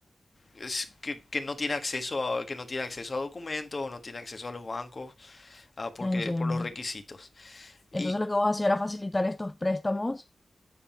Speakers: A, on the left; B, on the left.
A: es que, que no tiene acceso a, que no tiene acceso a documentos, no tiene acceso a los bancos, ah, porque
B: ya entiendo.
A: por los requisitos.
B: Entonces
A: Y
B: lo que vos hacías era facilitar estos préstamos